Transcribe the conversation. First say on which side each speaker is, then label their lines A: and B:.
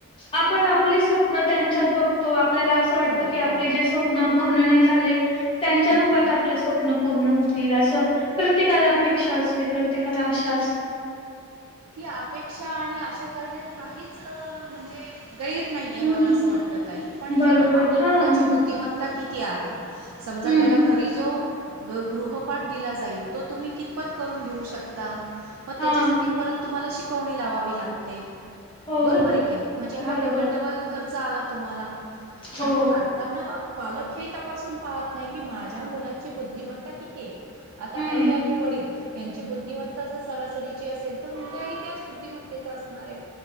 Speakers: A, on the left (about 25°); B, on the right (about 80°).
A: आपण आपले स्वप्न त्यांच्यात बघतो आपल्याला असं वाटत
B: हो
A: की
B: हो
A: आपले जे स्वप्न पूर्ण नाही झाले त्यांच्या
B: हं.
A: रूपात आपले स्वप् पूर्ण होतील असं प्रत्येकाला अपेक्षा असते. प्रत्येकाला आशा असते.
B: ती अपेक्षा आणि अशा करण्यात काहीच म्हणजे गैर नाहीये मला
A: हं.
B: असं वाटत. ताई पण हे
A: बरोबर.
B: बघा आपल्या
A: हां.
B: मुलाची बुद्धिमत्ता किती? ती आहे <inaudible> समजा
A: हं.
B: <inaudible> त्याला घरी जो ग गृहपाठ दिला जाईल तो तुम्ही कितपत करून घेऊ शकता. मग
A: हां.
B: त्याच्यासाठी परत तुम्हाला शिकवणी लावावी लागते.
A: हो.
B: बरोबर आहे की ने म्हणजे हा
A: बरोबर.
B: डबल डबल खर्च चालाक तुम्हाला
A: हो.
B: <inaudible> आणि पालकांना पालक हे <inaudible> तपासून पाहत नाही की <inaudible> माझ्या मुलाची बुद्धिमत्ता किती आहे? <inaudible> आता
A: हं.
B: आई आणि वडील यांची बुद्धिमत्ता जर सरासरीची असेल तर मुलगा ही त्याच बुद्धिमत्तेचा असणार आहे.